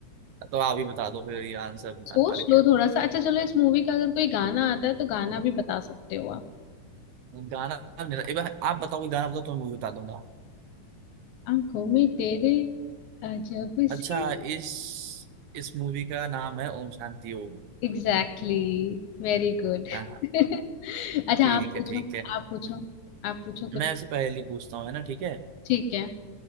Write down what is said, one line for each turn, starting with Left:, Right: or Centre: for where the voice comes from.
Right: तो आप ही बता दो फिर ये आंसर मैं
Left: सोच
Right: हार गया
Left: लो थोड़ा सा अच्छा चलो इस मूवी का अगर कोई गाना आता है तो गाना भी बता सकते हो आप
Right: गाना मेरा एक बार आप बताओ कोई गाना बताओ तो मैं मूवी बता दूंगा
Left: आंखों में तेरे अजब सी
Right: अच्छा इस इस मूवी का नाम है ओम शांति ओम
Left: एग्जैक्टली Very good
Right: हाँ
Left: <laughs> अच्छा
Right: ठीक
Left: आप पूछो
Right: है ठीक है
Left: आप पूछो आप पूछो कुछ
Right: मैं ऐसे पहली पूछता हूँ है ना ठीक है
Left: ठीक है